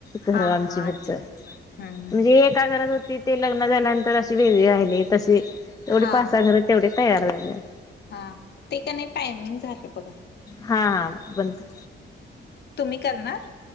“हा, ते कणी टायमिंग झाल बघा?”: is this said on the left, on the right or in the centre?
Left